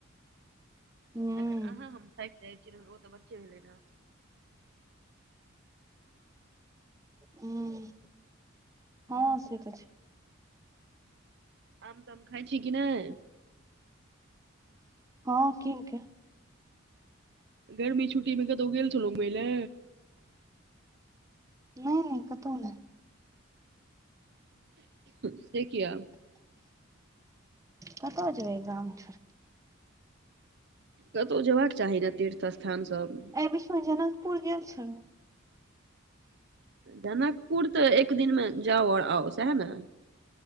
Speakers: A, on the right (about 15°); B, on the right (about 55°).
A: हुँ
B: जखैन अहाँ हम थाकि जाइ छियै तऽ ओ तऽ बच्चे भेलै ने
A: हूँ हँ से तऽ छै
B: आम ताम खाइ छी कि नहि
A: हँ कीन के
B: गर्मी छुटी मे कतो गेल छलौ <unintelligible> घुमै ले
A: नहि नहि कतहु नहि
B: से किया
A: कतऽ जेबै गाम छोड़ि
B: कतौ जेयशबाक चाही ने तीर्थ स्थान सब
A: एहि बीचमे जनकपुर गेल छलौ
B: जनकपुर तऽ एक दिनमे जाउ आओर आउ सएह ने